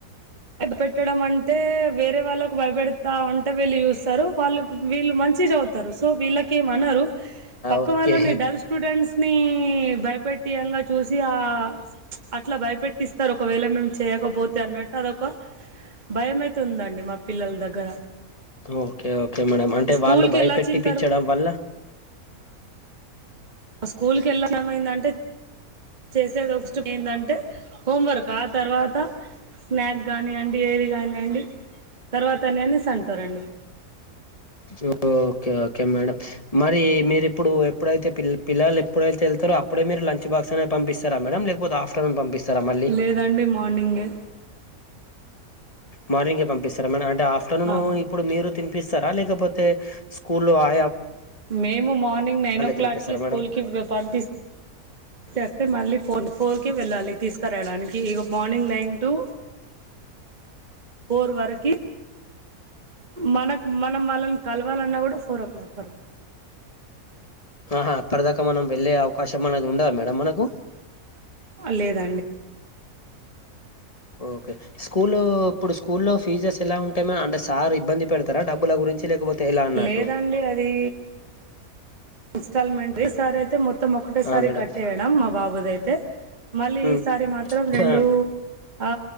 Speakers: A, on the right; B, on the left.
A: పెట్టడం అంటే వేరే వాళ్ళకు భయపెడతా ఉంటే వీళ్ళు చూస్తారు వాళ్ళు వీళ్ళు మంచిగా చదువుతారు సో వీళ్ళకె మనరు పక్క
B: ఓకే
A: వాళ్ళని డల్ స్టూడెంట్స్‌ని భయపెట్టియంగ చూసి ఆ అట్లా భయపెట్టిస్తారు ఒకవేళ మేము చేయకపోతే అన్న టు అదొక భయం అయితే ఉందండి మా పిల్లల దగ్గర
B: ఓకే ఓకే మేడం అంటే
A: స్కూల్కి
B: వాళ్ళు భయపెట్టి
A: వెళ్ళొచ్చిన
B: పిచ్చడం
A: తర్వా
B: వల్ల
A: స్కూల్‌కి ఎళ్ళడం ఎందంటే <inaudible> చేసేది ఫస్ట్ ఏందంటే హోమ్ వర్క్ ఆ తర్వాత స్నాక్ కానియండి ఏది కానీయండి తర్వా తనే అనేసి అంటారండి
B: ఓ ఓకే ఓకే మేడం మరి మీరి ఇప్పుడు ఎప్పుడైతే పి పిల్లలు ఎప్పుడైతే వెళ్తారో అప్పుడే మీరు లంచ్ బాక్స్ అనేది పంపిస్తారా మేడం లేకపోతే ఆఫ్టర్నూన్ పంపిస్తారా మళ్ళీ
A: లేదండి మార్నింగే
B: మార్నింగే పంపిస్తారా మేడం అంటే ఆఫ్టర్నూన్
A: అవును
B: ఇప్పుడు మీరు తిన్ సారా లేకపోతే స్కూల్లో ఆ
A: మేము మార్నింగ్ నైన్ ఓ క్లాక్కిి
B: తినిపిస్తారా
A: స్కూల్
B: మేడం
A: కి పంపిస్ వస్తే మళ్ళీ ఫో ఫోర్ వెళ్ళాలి తీసుకురావడానికి ఇగో మార్నింగ్ నైన్ టు ఫోర్ వరకి మనకు మనం వాళ్ళని కలవాలన్నా కూడా ఫోర్ ఓ క్లాక్ వరకు
B: ఆహా అప్పటిదాకా మనం వెళ్ళే అవకాశం అనేది ఉండదా మేడం మనకు
A: లేదండి
B: ఓకే స్కూల్ ఇప్పుడు స్కూల్లో ఫీజెస్ ఎలా ఉంటాయి మేడం అంటే సార్ ఇబ్బంది పెడతారా డబ్బుల గురించి లేకపోతే ఎలా అన్నట్టు
A: లేదండి అది ఇన్స్టాల్మెంట్ ఈ సారి అయితే మొత్తం ఒకటేసారి
B: ఆ మేడం
A: కట్ చేయడం మా బాబుదయితే మళ్ళీ
B: హ్మ్
A: ఈసారి మాత్రం రెండు
B: ఆ
A: ఆ